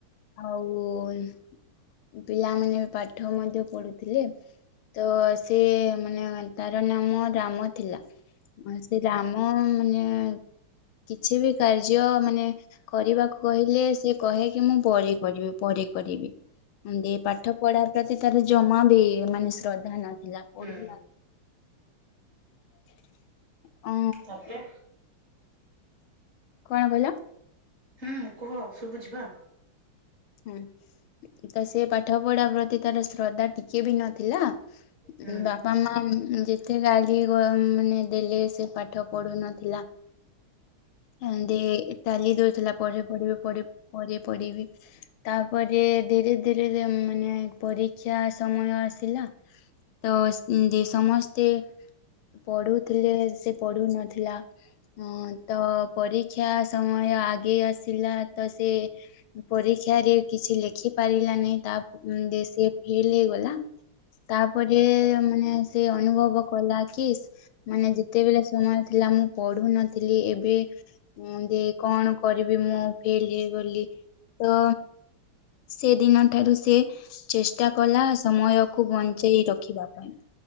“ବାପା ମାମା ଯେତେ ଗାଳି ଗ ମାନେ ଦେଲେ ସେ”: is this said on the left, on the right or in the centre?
Left